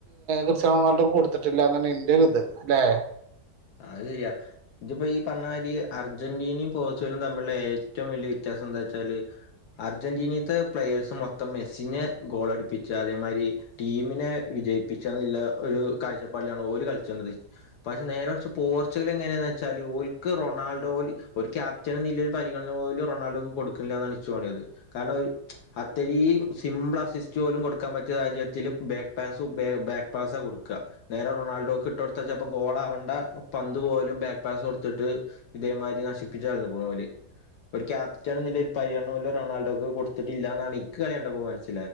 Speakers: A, on the right (about 70°); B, on the left (about 75°).
A: കൃഷൻ, റൊണാൾഡോ, കൊടുത്തിട്ടില്ല, ന്നാണ്, എൻ്റെ, ഒരു, ഇത്, അല്ലെ?
B: അത്, ശരിയാ, ഇതിപ്പോ, ഈ, പറഞ്ഞ, മാതിരി, അർജന്റീനയും, പോർച്ചുഗലും, തമ്മിലുള്ള, ഏറ്റവും, വലിയ, വ്യത്യാസം, എന്താ, വച്ചാല്, അർജന്റീനീത്തെ, പ്ലേയേഴ്സ്, മൊത്തം, മെസ്സിനെ, ഗോളടിപ്പിച്ച, അതേമാരി, ടീമിനെ, വിജയിപ്പിച്ച, ന്നുള്ള, ഒരു കാഴ്ചപ്പാടിലാണ്, ഓര് കളിച്ചണത്, പക്ഷെ, നേരെ മറി പോർച്ചുഗൽ എങ്ങനെയാന്ന് വെച്ചാല് ഓൽക്ക് റൊണാഡോയിൽ ഒരു ക്യാപ്റ്റനെന്ന നിലയിൽ ഒരു പരിഗണന പോലും റൊണാൾഡോക്ക് കൊടുക്കണില്ലന്നാണ് <unintelligible> കാരണം അത്തരീം സിമ്പിൾ അസിസ്റ്റ് പോലും കൊടുക്കാൻ പറ്റിയ രാജ്യത്തില് ബാക്ക് പാസ്സു ബാക്ക് പാസാ കൊടുക്കാ നേരെ റൊണാൾഡോക്കിട്ട് കൊടുത്താച്ചാ ചെലപ്പോ ഗോളാവണ്ടാ പന്ത് പോലും ബാക്ക് പാസ്സ് കൊടുത്തിട്ട് ഇതേമാതിരി നശിപ്പിച്ചു കളഞ്ഞു ഓൽ. ഒരു ക്യാപ്റ്റൻ ന്ന നിലയിൽ ഒരു പരിഗണനപോലും റൊണാൾഡോക്ക്‌ കൊടുത്തിട്ടില്ലാന്നാണ് ഇക്ക് കളികണ്ടപ്പോ മനസ്സിൽ